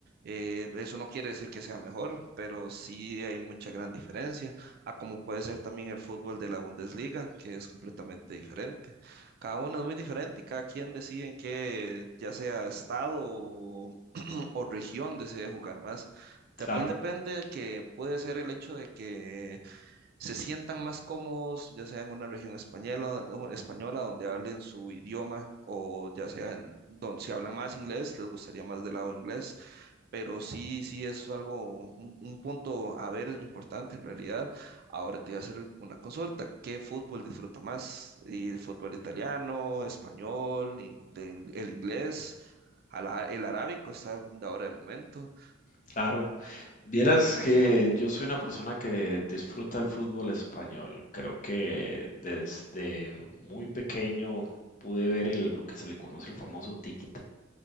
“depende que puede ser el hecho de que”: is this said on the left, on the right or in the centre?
Right